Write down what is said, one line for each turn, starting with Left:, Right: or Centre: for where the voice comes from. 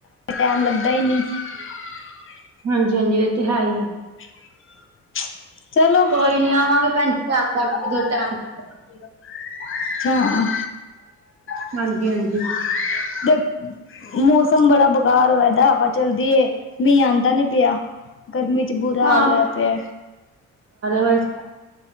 Left: ਟੈਮ ਲੱਗਦਾ ਹੀ ਨਹੀਂ। <unintelligible>
Right: ਹਂਜੀ, ਹਂਜੀ ਇਹ ਤੇ ਹੈ ਹੀ ਐ।
Left: <unintelligible> ਚਲੋਈਡ
Right: ਕੋਈ ਨੀ ਆਵਾਂਗੇ ਭੈਣ ਜੀ ਟਾਈਮ
Left: <unintelligible>
Right: ਕੱਢ ਕੇ ਜਦੋਂ ਟਾਈਮ
Left: ਹਮ ਦੇਖ <unintelligible>
Right: ਹਾਂਜੀ ਹਾਂਜੀ
Left: ਮੌਸਮ ਬੜਾ ਬੇਕਾਰ ਹੋਏ ਦਾ ਹਵਾ ਚਲਦੀ ਏ, ਮੀਂਹ ਆਂਦਾ ਨੀ ਪਿਆ। ਗਰਮੀ ਚ ਬੁਰਾ
Right: ਹਾਂ
Left: ਹਾਲ ਹੋਇਆ ਪਿਆ।
Right: ਬਸ